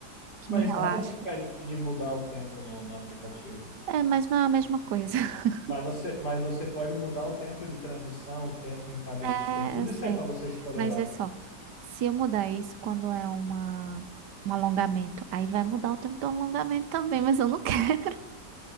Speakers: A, on the right; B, on the left.
A: que
B: Mas
A: me relaxa.
B: nada te impede de mudar o tempo no, no aplicativo.
A: É, mas não é a mesma coisa. <laughs>
B: Mas você, mas você pode mudar o tempo de transição, o tempo em cada.
A: É,
B: Tem tudo
A: eu sei.
B: isso aí para você escolher
A: Mas
B: lá.
A: é só, se eu mudar isso quando é uma, um alongamento, aí vai mudar o tempo do alongamento também, mas eu não quero.